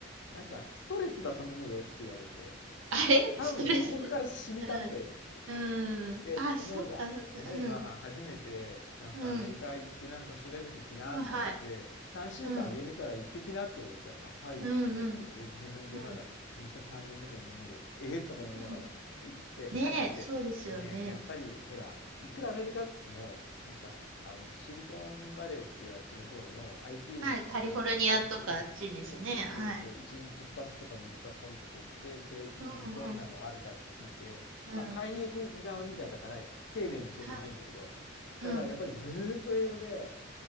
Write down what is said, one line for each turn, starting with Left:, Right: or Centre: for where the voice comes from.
Left: なんかストレスだと思うよって言われて、
Right: <laughs> あれストレス。
Left: 多分そこから染みたんだよって。
Right: うん。うん。
Left: で、
Right: あ、
Left: 思えば、
Right: そうか、そうか。
Left: 思えば、
Right: うん。
Left: 初めて、なんかアメリカ行ってなんか調べてきなって言われて、
Right: うん。はい、はい。
Left: 3週間あげるから行ってきなって言われて、
Right: うん。
Left: は、はいとか言って、
Right: うん、うん。
Left: で、自分でまだ入社3年目か4年目で、
Right: うん。
Left: ええとか思いながら行って帰ってきて、
Right: うん。ねえ、そうですよね。
Left: でね、やっぱりほら、いくらアメリカって言っても、なんか、あの、シリコンバレーっていうあっちの方の IT
Right: はい。
Left: のところの会社に、
Right: カリフォルニアとかあっちですね。
Left: そうそうそうそう、
Right: はい。
Left: 1日2つとか3つはポイント取って、製品どんなのあるかって聞いて、
Right: うん、うん。うん。
Left: まあ、買いに行く側みたいだから、丁寧に教えてくれるんだけど、
Right: はい。うん。
Left: ただ、やっぱりずーっと英語で、